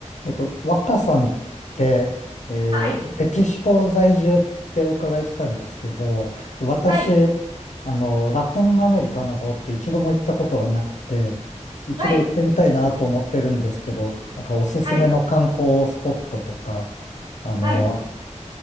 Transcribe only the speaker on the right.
はい、
はい、
はい、
はい、
はい。